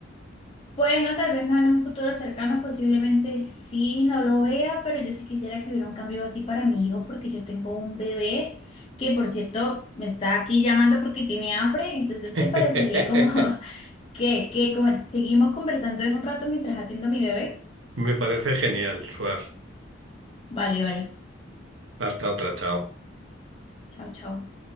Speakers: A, on the left; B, on the right.
A: Bueno, tal vez no en un futuro cercano, posiblemente sí, no lo vea, pero yo sí quisiera que hubiera un cambio así para mi hijo porque yo tengo un bebé que por cierto me está aquí llamando porque tiene hambre, entonces
B: <laughs>
A: te parecería como <laughs> que, que como- seguimos conversando en un rato mientras atiendo a mi bebé.
B: Me parece genial, Suar.
A: Vale, vale.
B: Hasta otra, chao.
A: Chao, chao.